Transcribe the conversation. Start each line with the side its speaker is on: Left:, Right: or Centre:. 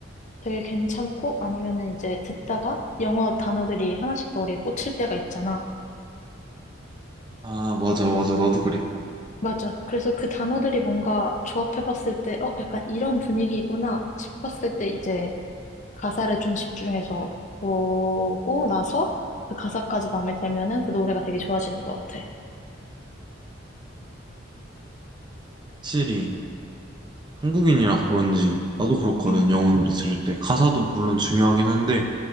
Left: 되게 괜찮고 아니면은 이제 듣다가 영어 단어들이 하나씩 머리에 꽂힐 때가 있잖아.
Right: 아, 맞아, 맞아. 나도 그래.
Left: 맞아. 그래서 그 단어들이 뭔가 조합해봤을 때, 어, 약간 이런 분위기구나 싶었을 때 이제 가사를 좀 집중해서 보고 나서 그 가사까지 마음에 들면은 그 노래가 되게 좋아지는 것 같아.
Right: 확실히 한국인이라 그런지 나도 그렇거든.
Left: 응,
Right: 영어 노래 들을 때. 가사도 물론 중요하긴 한데